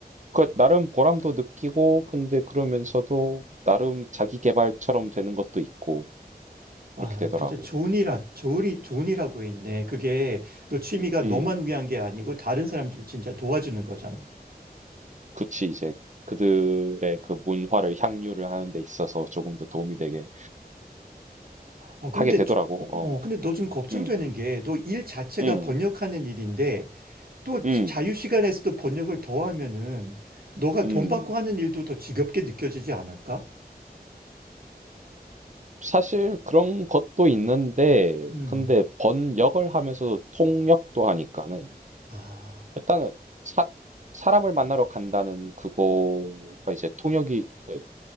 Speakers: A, on the right; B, on the right.
A: 그 나름 보람도 느끼고, 근데 그러면서도 나름 자기 개발처럼 되는 것도 있고,
B: 아,
A: 그렇게 되더라고.
B: 너 진짜 좋은 일, 하- 좋은 일, 좋은 일 하고 있네. 그게 너 취미가
A: 음,
B: 너만
A: 음.
B: 위한 게 아니고 다른 사람들을 진짜 도와주는 거잖아.
A: 그치, 이제 그들의 그 문화를 향유를 하는 데 있어서 조금 더 도움이 되게
B: 아, 그런데,
A: 하게 되더라고.
B: 주- 어,
A: 어,
B: 어, 근데 너 좀 걱정되는
A: 음,
B: 게 너 일 자체가
A: 음,
B: 번역하는 일인데 또
A: 음,
B: 자유 시간에서도 번역을 더 하면은 너가
A: 음.
B: 돈 받고 하는 일도 더 지겹게 느껴지지 않을까?
A: 사실 그런 것도 있는데,
B: 음.
A: 근데 번역을 하면서 통역도 하니까는,
B: 아,
A: 일단은 사, 사람을 만나러 간다는 그거가 이제 통역이, 그